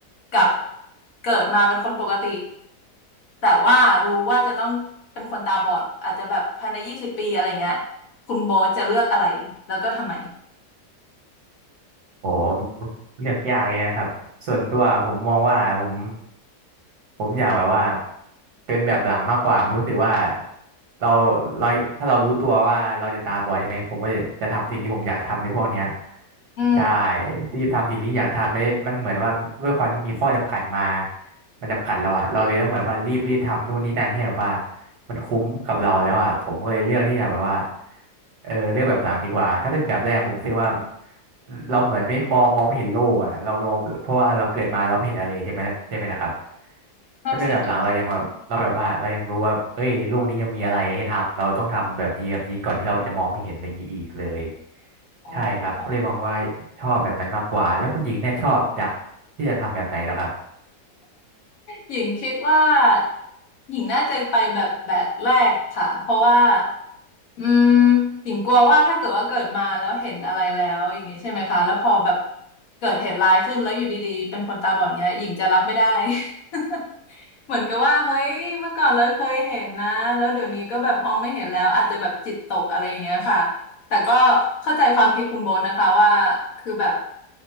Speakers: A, on the left; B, on the right.
A: กับเกิดมาเป็นคนปกติแต่ว่ารู้ว่าจะต้องเป็นคนตาบอดอาจจะแบบภายในยี่สิบปีอะไรเงี้ยคุณโบ๊ทจะเลือกอะไรแล้วก็ทำไม
B: โอเลือกยากเลยนะครับส่วนตัวผมมองว่าผมผมอยากแบบว่าเป็นแบบหลังมากกว่าผมรู้สึกว่าเราเราถ้าเรารู้ตัวว่าเราจะตาบอดใช่ไหมผมก็จะจะทำสิ่งที่ผมอยากทำในพวกเนี้ย
A: อืม
B: ใช่รีบทำสิ่งที่อยากทำไม่ได้มันเหมือนว่าด้วยความที่มีข้อจำกัดมามันจำกัดเราอะเราเลยต้องแบบว่ารีบรีบทำนู่นนี่นั่นให้แบบว่า มันคุ้มกับเราแล้วอ่ะผมก็เลยเลือกที่จะแบบว่าเออเลือกแบบหลังดีกว่าถ้าเป็นแบบแรกผมรู้สึกว่าเราเหมือนไม่มองมองไม่เห็นโลกอ่ะเรามองเพราะว่าเราเกิดมาเราไม่เห็นอะไรใช่ไหมใช่ไหมล่ะครับ
A: นั่นสิคะ
B: ถ้าเป็นแบบหลังเรายังแบบเราแบบว่าเรายังรู้ว่าเอ้ยโลกนี้ยังมีอะไรให้ทำเราต้องทำแบบนี้แบบนี้ก่อนที่เราจะมองไม่เห็นอะไรอย่างนี้อีกเลย
A: อ๋อ
B: ใช่ครับก็เลยมองว่าชอบแบบนั้นมากกว่าแล้วคุณหญิงเนี่ยชอบอยากที่จะทำแบบไหนแล้วครับ
A: หญิงคิดว่าหญิงน่าจะไปแบบแบบแรกค่ะเพราะว่าอืมหญิงกลัวว่าถ้าเกิดว่าเกิดมาแล้วเห็นอะไรแล้วอย่างงี้ใช่ไหมคะแล้วพอแบบเกิดเหตุร้ายขึ้นแล้วอยู่ดีๆเป็นคนตาบอดอย่างเงี้ยหญิงจะรับไม่ได้ <laughs> เหมือนกับว่าเฮ้ยเมื่อก่อนเราเคยเห็นนะแล้วเดี๋ยวนี้ก็แบบมองไม่เห็นแล้วอาจจะแบบจิตตกอะไรอย่างเงี้ยค่ะแต่ก็เข้าใจความคิดคุณโบนนะคะว่าคือแบบ